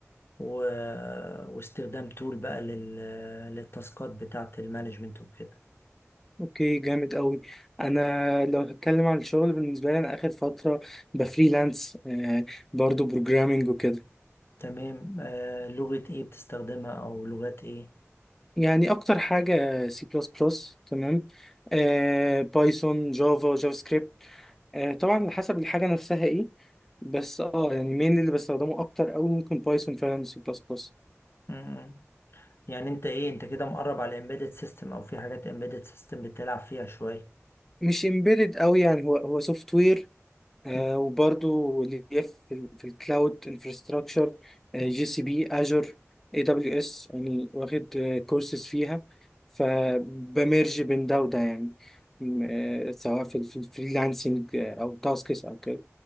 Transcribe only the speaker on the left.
و... واستخدام تول بقى لل... للتاسكات بتاعة المانجمنت وكده
تمام آه لغة ايه بتستخدمها او لغات ايه
مم. يعني انت ايه انت كده مقرب على الامبيدد سيستم او في حاجات امبيدد سيستم بتلعب فيها شوية
مم.
مم.